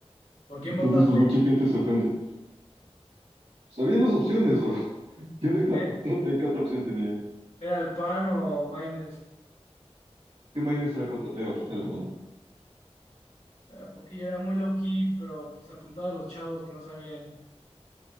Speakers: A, on the left; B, on the right.
A: ¿Por quién
B: Entonces,
A: votaste?
B: pues mucha gente se ofende. Sabían las opciones, bro. <laughs> Yo de la
A: Eh,
B: 4T, ¿qué otra opción tenía?
A: ¿Era el PAN o Maynes?
B: ¿Qué Maynes era 4T? Bajita la mano.
A: Ah, porque yo era muy low key, pero pues apuntaba a los chavos que no sabían